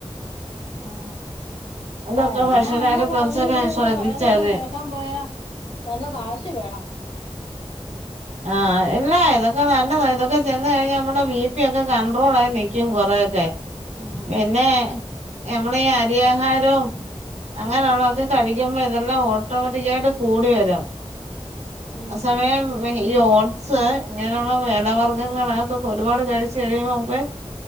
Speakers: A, on the left (about 55°); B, on the right (about 85°).
A: ആഹ്
B: ഇതൊക്കെ
A: ആഹ എല്ലാം
B: ഭക്ഷണായിട്ട്
A: അങ്ങനെ പറളവിൽ
B: കുറച്ചൊക്കെ
A: ഒരുരക്കെ
B: ശ്രദ്ധിച്ചാതി
A: പറയുന്നൊക്കെ കേൾക്കാൻ പോയാ നല്ല കാശ് വേണം
B: ആഹ ഇല്ല ഇതൊക്കെ നല്ലത ഇതൊക്കെ തി തിന്ന് കഴിഞ്ഞ നമ്മടെ ബിപി ഒക്കെ കണ്ട്രോൾ ആയി നിൽക്കും കൊറെയൊക്കെ
A: ഉം
B: പിന്നെ മ്മള ഈ അരിയാഹാരവും അങ്ങനെയുള്ളത് കഴിക്കുമ്പോ ഇതെല്ലാം ഓട്ടോമാറ്റിക്കായിട്ട് കൂടി വരും
A: ഉം
B: അസമയം ഈ ഓട്സ് ഇങ്ങനെയുള്ള ഇല വർഗങ്ങക്കൊക്കെ ഒരുപാട് കഴിച്ചച്ച് കഴിയുമ്പോ്പേ